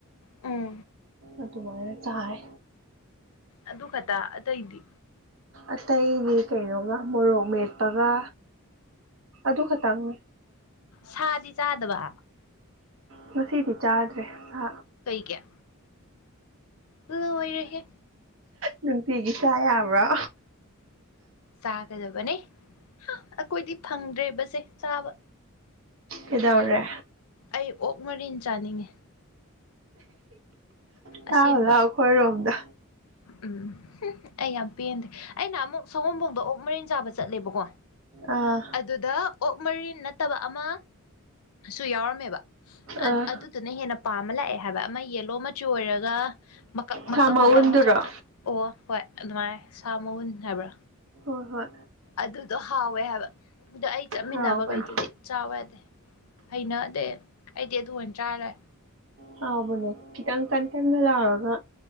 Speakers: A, on the left (about 80°); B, on the right (about 60°).
A: ꯎꯝ
B: ꯑꯗꯨꯃꯥꯏꯅ ꯆꯥꯏ
A: ꯑꯗꯨ ꯈꯛꯇ ꯑꯇꯩꯗꯤ
B: ꯑꯇꯩꯒꯤ ꯀꯩꯅꯣꯒ ꯃꯣꯔꯣꯛ ꯃꯦꯠꯄꯒ ꯑꯗꯨ ꯈꯛꯇꯪ
A: ꯁꯥꯗꯤ ꯆꯥꯗꯕ
B: ꯉꯁꯤꯗꯤ ꯆꯥꯗ꯭ꯔꯦ ꯁꯥ
A: ꯀꯩꯒꯤ ꯂꯣꯢꯔꯦꯍꯦ
B: ꯅꯨꯡꯇꯤꯒꯤ ꯆ ꯌꯥꯕ꯭ꯔꯣ
A: ꯆꯥꯒꯗꯕꯅꯦ ꯍꯨꯝ ꯑꯩꯈꯣꯏꯗꯤ ꯐꯪꯗ꯭ꯔꯦꯕꯁꯦ ꯆꯥꯕ
B: ꯀꯩꯗꯧꯔꯦ
A: ꯑꯩ ꯑꯣꯛ ꯃꯔꯤꯟ ꯆꯥꯅꯤꯡꯉꯦ
B: ꯆꯥꯎꯔꯨ
A: ꯑꯁꯦꯡꯕ
B: ꯂꯥꯎ ꯑꯩꯈꯣꯏꯔꯣꯝꯗ
A: ꯎꯝ ꯍꯨꯝ ꯑꯩ ꯌꯥꯝ ꯄꯦꯟꯗꯦ ꯑꯩꯅ ꯅꯥꯍꯟꯃꯨꯛ ꯁꯋꯣꯡꯕꯨꯡꯗ ꯑꯣꯛ ꯃꯔꯤꯟ ꯆꯥꯕ ꯆꯠꯂꯦꯕꯀꯣ
B: ꯑꯥ
A: ꯑꯗꯨꯗ ꯑꯣꯛ ꯃꯔꯤꯟ ꯅꯠꯇꯕ ꯑꯃ ꯁꯨ ꯌꯥꯎꯔꯝꯃꯦꯕ ꯑꯗꯨ
B: ꯑꯥ
A: ꯑꯗꯨꯗꯨꯅ ꯍꯦꯟꯅ ꯄꯥꯝꯃ ꯂꯥꯛꯑꯦ ꯍꯥꯏꯕ ꯑꯃ ꯌꯦꯜꯂꯣ ꯃꯆꯨ ꯑꯣꯏꯔꯒ ꯃꯀꯛ ꯃꯀꯛ
B: ꯁꯥ ꯃꯎꯟꯗꯨꯔꯣ
A: ꯃꯀꯛ ꯃꯆꯥ ꯑꯣ ꯍꯣꯏ ꯑꯗꯨꯃꯥꯏ ꯁꯥ ꯃꯎꯟ ꯍꯥꯏꯕ꯭ꯔꯥ
B: ꯍꯣꯏ ꯍꯣꯏ
A: ꯑꯗꯨꯗꯣ ꯍꯥꯎꯋꯦ ꯍꯥꯏꯕ ꯑꯗꯨ ꯑꯩ ꯆꯠꯃꯤꯟꯅꯕꯈꯩꯗꯨꯗꯤ
B: ꯍꯥꯎꯕꯅꯦ
A: ꯆꯥꯎ ꯌꯥꯗꯦ ꯍꯩꯅꯗꯦ ꯑꯩꯗꯤ ꯑꯗꯨ ꯑꯣꯏꯅ ꯆꯥꯔ ꯂꯛꯑꯦ
B: ꯍꯥꯎꯕꯅꯦ ꯈꯤꯇꯪ ꯀꯟ ꯀꯟꯒ ꯂꯥꯎꯔꯒꯥ